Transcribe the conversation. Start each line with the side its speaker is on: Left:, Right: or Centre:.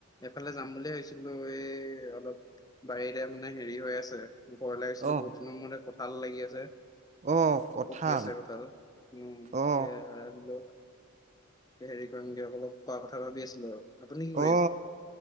Left: এইফালে যাম বুলিয়ে ভাবিছিলো এই অলপ। বাৰীতে মানে হেৰি হৈ আছে, ঘৰ লাগিছিলো
Right: অ
Left: বহুত দিনৰ মূতে কঁঠাল লাগি আছে।
Right: অঁহ কঁঠাল।
Left: পকি আছে কঁঠাল উম', তাকে
Right: অ
Left: বোলোঁ। হেৰি কৰিম দিয়ক অলপ খোৱা কথা ভাবি আছিলো আৰু আপুনি কি কৰি
Right: অ
Left: আছে?